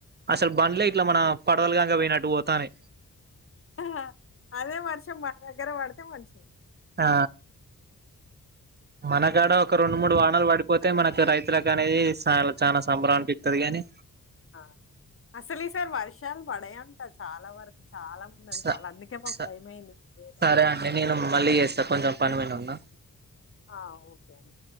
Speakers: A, on the right; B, on the left.
A: అసలు బండ్లే ఇట్లా మన పడవలుగాక పోయినట్టు పోతానే
B: అహా అదే వర్షం మా దగ్గర వాడితే మనిషం
A: ఆ మనకాడ ఒక రెండు మూడు వానాలు పడిపోతే మనకు రైతులకు అనేది చ చాలా సంభరం అనిపితది కాగాని
B: అ అసలు ఈ సార్ వర్షాలు పడాయంట చాలా వరకు చాలా మంది అంటాల
A: స
B: అందుకే
A: స
B: భయం అయింది చేయలె
A: సరే అండి నేను మళ్ళీ చేస్తా కొంచెం పనిమీద ఉన్నా
B: ఆ ఓకే అండి